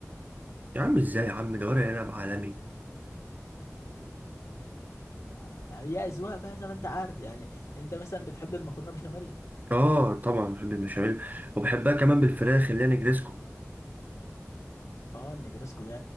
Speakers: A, on the right; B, on the left.
A: يا عم ازاي يا عم ده ورق عنب عالمي
B: آه، هي اذواق بقى زي ما انت عارف يعني انت مثلا بتحب المكرونه بشاميل
A: اه طبعا بحب المشاميل وبحبها كمان بالفراخ اللي هي نجريسكو
B: اه النجرسكو ده